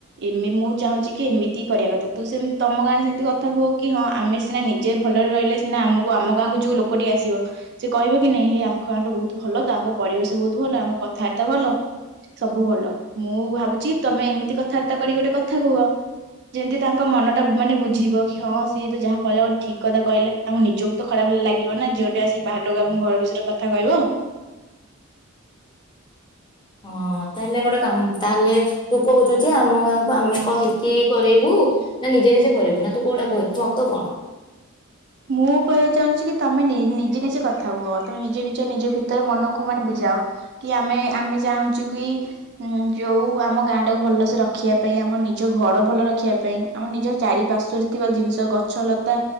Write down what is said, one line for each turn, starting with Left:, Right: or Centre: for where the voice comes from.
Right: ଏମେ ମୁଁ ଚାହୁଁଛି କି ଏମିତି କରିବା କଥା ତୁ ସେମିତି ତମ ଗାଁରେ ସେମିତି କଥା କୁହ କି ହଁ ଆମେ ସିନା ନିଜେ ଭଲରେ ରହିଲେ ସିନା ଆମକୁ ଆମ ଗାଁକୁ ଯେଉଁ ଲୋ କୋଟି ଆସିବ ସେ କହିବେ କି ନାଇଁ ହେ ଆଙ୍କ ଆଠା ବହୁତ ଭଲ ତ ତାଙ୍କ ପରିବେଶ ବହୁତ ଭଲ ଆଙ୍କ କଥାବାର୍ତ୍ତା ଭଲ ସବୁ ଭଲ ମୁଁ ଭାବୁଛି ତମେ ଏମିତି କଥାବାର୍ତ୍ତା କରିକି ଗୋଟେ କଥା କୁହ ଯେମିତି ତାଙ୍କ ମନ ଟା ମାନେ ବୁଝିବ କି ହଁ ସିଏ ତ ଯାହା କହିଲା ଗୋଟେ ଠିକ କଥା କହିଲା ଆମ ନିଜକୁ ତ ଖରାପ ହେଲେ ଲାଗିବ ନା ଝିଅଟେ ଆସି ବାହାର ଲୋକକୁ ଆମ ଘର ବିଷୟରେ କଥା କହିବ
Left: ହଁ ତାହେଲେ ଗୋଟେ କାମ ତାହେଲେ ତୁ କହୁଛୁ ଯେ ଆମ ଗାଁକୁ ଆମେ କହିକି କରାଇବୁ ନା ନିଜେ ନିଜେ କରାଇବୁ ନା ତୁ କୋଉଟା କହଛୁ ସତ କଣ
Right: ମୁଁ କହିବାକୁ ଚାହୁଁଛି କି ତମେ ନି ନିଜେ ନିଜେ କଥା କୁହ ତମେ ନିଜେ ନି ନିଜ ଭିତରେ ମନକୁ ମାନେ ବୁଝାଅ କି ଆମେ ଆମେ ଚାହୁଁଛୁ କି ହୁଁ ଯୋଉ ଆମ ଗାଁ ଟାକୁ ଭଲସେ ରଖିବା ପାଇଁ ଆମ ନିଜ ଘର ଭଲ ରଖିବା ପାଇଁ ଆମ ନିଜ ଚାରିପାର୍ଶ୍ଵରେ ଥିବା ଜିନିଷ ଗଛ ଲତା